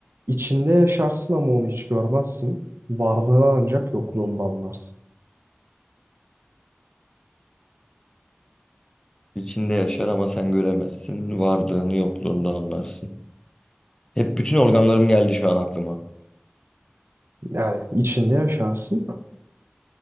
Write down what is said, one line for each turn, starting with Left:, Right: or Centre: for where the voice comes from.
Right: İçinde yaşarsın ama onu hiç görmezsin. Varlığını ancak yokluğunda anlarsın.
Left: İçinde yaşar ama sen göremezsin. Varlığını yokluğunu anlarsın. Hep bütün organlarım geldi şu an aklıma.
Right: Yani içinde yaşarsın